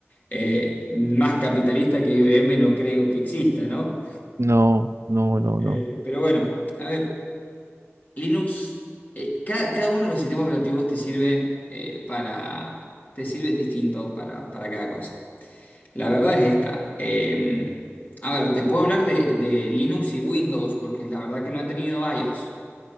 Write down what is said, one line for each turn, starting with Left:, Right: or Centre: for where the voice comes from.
Left: eh, más capitalista que IBM no creo que exista, ¿no?
Right: No, no, no,
Left: Eh, pero bueno, a ver, Linux, eh, ca- cada, uno de los sistemas operativos te sirven eh, para, te sirven distinto para, para cada cosa. La verdad es esta. eh, a ver, te puedo hablar de, de Linux y Windows, porque la verdad que no he tenido iOS.